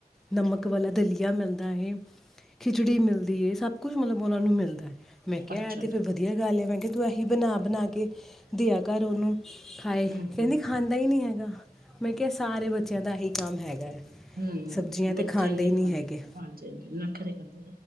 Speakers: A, in the centre; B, on the right.
A: ਨਮਕ ਵਾਲਾ ਦਲੀਆ ਮਿਲਦਾ ਹੈ ਖਿਚੜੀ ਮਿਲਦੀ ਹੈ ਸਭ ਕੁਛ ਮਤਲਬ ਉਹਨਾਂ ਨੂੰ ਮਿਲਦਾ ਹੈ ਮੈਂ ਕਿਹਾ
B: ਅੱਛਾ
A: ਤੇ
B: ਜੀ,
A: ਫਿਰ ਵਧੀਆ ਗੱਲ ਹੈ ਮੈਂ ਕਿਹਾ ਤੂੰ ਐਸੀ ਬਣਾ ਬਣਾ ਕੇ ਘਰ ਉਹਨੂੰ ਖਾਏ
B: ਹੂੰ-ਹੂੰ।
A: ਕਹਿੰਦੀ ਖਾਂਦਾ ਹੀ ਨਹੀਂ ਹੈਗਾ ਮੈਂ ਕਿਹਾ ਸਾਰੇ ਬੱਚਿਆਂ ਦਾ ਇਹੀ ਕੰਮ ਹੈਗਾ ਹੈ
B: ਹਮ
A: ਸਬਜ਼ੀਆਂ
B: ਬੱਚੇ
A: ਤਾਂ
B: ਨੀ
A: ਹੀ ਨਹੀਂ
B: ਖਾਂਦੇ
A: ਹੈਗੇ
B: ਹਾਂਜੀ ਹੰਜੀ ਨਖਰੇ ਖਾਂਦੇ